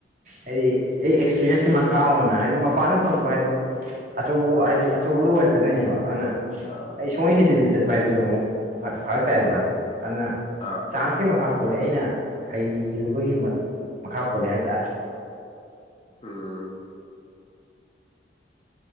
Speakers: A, on the right; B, on the left.
A: ꯍꯥꯏꯗꯤ ꯑꯩ ꯑꯦꯛꯁꯄꯤꯔꯤꯟꯁꯀꯤ ꯃꯈꯥ ꯑꯣꯏꯅ ꯍꯥꯏꯗꯤ ꯃꯄꯥꯟꯗ ꯐꯪꯛꯕ ꯍꯥꯏꯗꯨ ꯑꯆꯧꯕ ꯍꯥꯏꯗꯤ ꯑꯆꯧꯕꯗ ꯑꯣꯏꯔꯛꯀꯗꯣꯏꯅꯦꯕ ꯑꯗꯨꯅ
B: ꯑꯥ
A: ꯑꯩ ꯁꯨꯡꯍꯩ ꯍꯩꯇꯕꯤ ꯆꯠꯄ ꯍꯥꯏꯗꯨꯁꯨ ꯑꯃꯨꯛ ꯐꯔꯛꯇꯥꯏꯗꯅ ꯑꯗꯨꯅ
B: ꯑꯥ
A: ꯗꯥꯟꯁꯀꯤ ꯃꯈꯥ ꯄꯣꯜꯂꯦ ꯑꯩꯅ ꯍꯩꯔꯨꯕꯒꯤ ꯃꯈꯥ ꯄꯣꯜꯂꯦ ꯍꯥꯏꯇꯥꯔꯦ
B: ꯎꯥꯝ